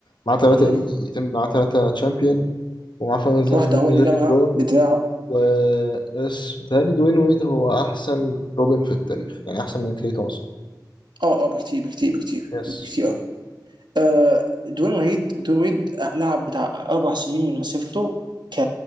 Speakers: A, on the left; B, on the right.
A: معاه ثلاثه
B: امم
A: ام بي معاه ثلاثه تشامبيون ومعاه فاينلز ام
B: واحده
A: في بي
B: هو
A: من
B: اللي
A: غير
B: جابها
A: ليبرون
B: بدراعه
A: و بس متهيألي دوين ويد هو احسن روبن في التاريخ يعني احسن من كلي تومسون
B: اه اه بكتير بكتير بكتير
A: يس
B: بكتير قوي آه دون ويد دون ويد لعب بتاع اربع سنين من مسيرته ك